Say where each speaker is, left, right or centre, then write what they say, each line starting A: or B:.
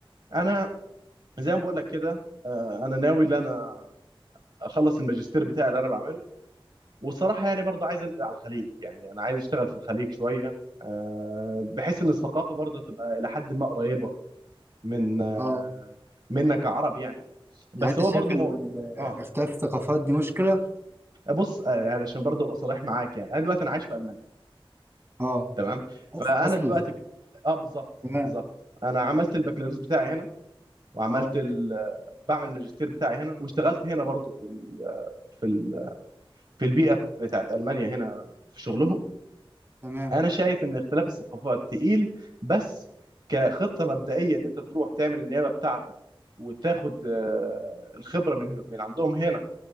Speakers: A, on the right (about 55°); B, on the right (about 25°).
A: انا زي ما بقول لك كده آه، انا ناوي ان انا اخلص الماجستير بتاعي اللي انا بعمله والصراحه يعني برضه عايز انقل على الخليج يعني انا عايز اشتغل في الخليج شويه آه، بحيث ان الثقافه برضه تبقى الى حد ما قريبه من آه،
B: اه
A: منا كعرب يعني بس
B: يعني انت
A: هو
B: شايف
A: برضه
B: ان
A: مو...
B: ال-
A: اه
B: اختلاف الثقافات دي مشكله
A: بص آه، يعني عشان برضه ابقى صريح معاك يعني انا دلوقتي انا عايش في المانيا
B: اه
A: تمام فانا
B: أص- اصلا
A: دلوقتي اه بالظبط
B: تمام
A: بالظبط انا عملت البكالوريوس بتاعي هنا وعملت
B: اه
A: ال... بعمل الماجستير بتاعي هنا واشتغلت هنا برضو في ال... في ال... في البيئه بتاعت المانيا هنا في شغلهم
B: تمام
A: انا شايف ان اختلاف الثقافات تقيل بس كخطه مبدئيه ان انت تروح تعمل النيابه بتاعتك وتاخد آه، الخبره من من عندهم هنا